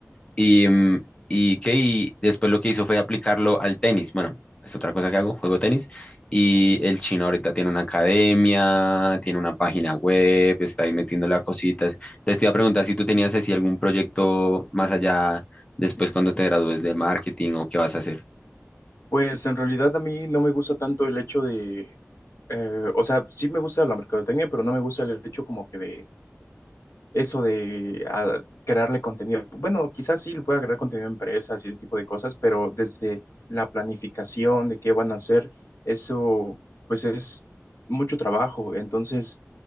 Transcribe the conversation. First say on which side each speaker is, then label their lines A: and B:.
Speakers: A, on the left; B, on the left.
A: Y, mm, y, ¿qué? y después lo que hizo fue aplicarlo al tenis. Bueno, es otra cosa que hago, juego tenis. Y el chino ahorita tiene una academia, tiene una página web, está ahí metiéndole a cositas. Entonces te iba a preguntar si tú tenías así algún proyecto más allá después cuando te gradúes de marketing o qué vas a hacer.
B: Pues en realidad a mí no me gusta tanto el hecho de, eh, o sea, sí me gusta la mercadotecnia, pero no me gusta el hecho como que de eso de ah, crearle contenido. Bueno, quizás sí le pueda crear contenido a empresas y ese tipo de cosas, pero desde la planificación de qué van a hacer, eso pues es mucho trabajo. Entonces,